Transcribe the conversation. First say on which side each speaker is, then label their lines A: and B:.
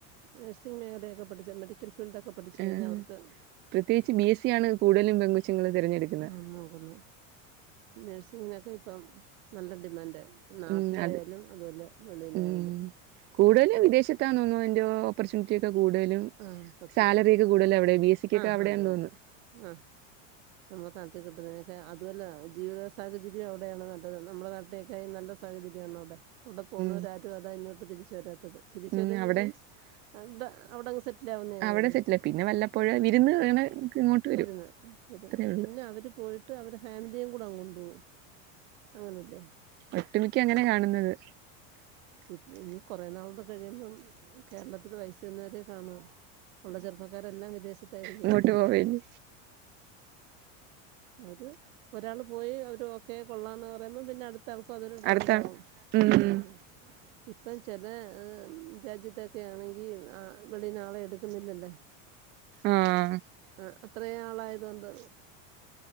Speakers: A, on the right; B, on the right.
A: നഴ്സിഗ് മേഖലയൊക്കെ പഠിച്ച മെഡിക്കൽ ഫീൽഡൊക്കെ പഠിച്ച്
B: ആഹ്
A: കഴിഞ്ഞാ അവർക്ക്
B: പ്രത്യേകിച്ച് ബി എസ് സി ആണ് കൂടുതലും പെങ്കൊച്ചുങ്ങള് തെരഞ്ഞെടുക്കുന്നത്
A: ആഹ് നോക്കുന്നത് നഴ്സിങ്ങിനൊക്കെ ഇപ്പം നല്ല ഡിമാൻഡ നാട്ടിലായാലും
B: ഉം അത്
A: അതുപോലെ വെളിയിലായാലും
B: ഉം കൂടുതലും വിദേശത്താന്ന് തോന്നുന്നു അതിന്റെ ഓപ്പർച്യൂണിറ്റി ഒക്കെ കൂടുതലും
A: ആഹ് സത്യ
B: സാലറി ഒക്കെ കൂടുതൽ അവിടെ ബി എസ് സിക്കൊക്കെ
A: ആഹ്
B: അവിടെയാന്ന്
A: അതന്നെ
B: തോന്നുന്നു
A: ആഹ് നമ്മളെ നാട്ടി കിട്ടുന്നതിനൊക്കെ അതുഅല്ല ജീവിത സാഹചര്യം അവിടെയാണ് നല്ലത് നമ്മളെ നാട്ടിനെകാളും നല്ല- സാഹചര്യാണവിടെ അവിടെ പോകുന്നോരാരും
B: ഉം
A: അതാ ഇഞ്ഞോട്ട് തിരിച്ച് വരാത്തത് തിരിച്ച്
B: ഉം
A: വരുന്ന
B: അവിടെ
A: മീൻസ് അവിട അവിടങ്ങ് സെ റ്റിലാവുന്നയല്ലേ
B: അവിടെ സെറ്റില പിന്നെ വല്ലപ്പോഴ് വിരുന്ന് അങ്ങനെ ഇങ്ങോട്ട് വരും
A: വരുന്ന വരു
B: അത്രേ ഉള്ളു
A: പിന്നെ അവര് പോയി ട്ട് അവരെ ഫാമിലിയേയും കൂടങ്ങൊണ്ടോവും അങ്ങനല്ലേ
B: ഒട്ടുമിക്കങ്ങനേ കാണുന്നത്
A: ഇപ്പനി കൊറേ നാളൂടെ കഴിയുമ്പം കേരളത്തില് വയസ്സെന്നവരേ കാണൂ ഉള്ള ചെറുപ്പക്കാരെല്ലാം വിദേശത്താരിക്കും
B: ഇങ്ങോട്ട് പോവേല്
A: അവര് ഒരാള് പോയി അവര് ഓക്കെ കൊള്ളാന്ന് പറയുമ്പൊ പിന്നെ അടു- ത്താൾക്കും അതൊരു ട്രെൻഡാവും
B: അടുത്ത ഉം
A: ആഹ് ഇപ്പം ചെലെ രാജ്യത്തൊക്കെയാണെങ്കി ആഹ് - വെളിന്നാളെ എടുക്കുന്നില്ലല്ല
B: ആഹ്
A: ആഹ് അത്രേ ആളായതോണ്ട്